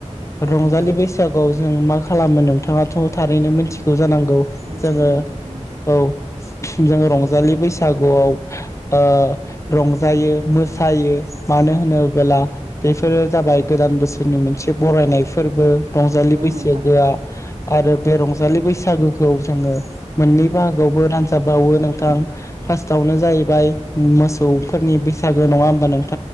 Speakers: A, on the right; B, on the left.
A: औ
B: रंजालि
A: नोंथां
B: बैसागुआव जों मा खालामो नोंथाङाथ' थारैनो मिथिगौ जानांगौ। गौ
A: मोनथिगौ
B: जोङो
A: नोंथां मोनथिगौ
B: औ। जोंङो रंजालि बैसागुआव ओ रं जायो मोसायो मानो होनोबला बेफोरो जाबाय गोदान बोसोरनि मोनसे बरायनाय फोरबो रंजालि
A: औ
B: बैसागो
A: नोंथां
B: आ आरो बे रंजालि बैसागोखौ जोङो मोननै बाहागोआवबो रानजाब बावो नोंथां फार्स्टआवनो जाहैबाय मोसौ फोरनि बैसागो नङा होनबा नों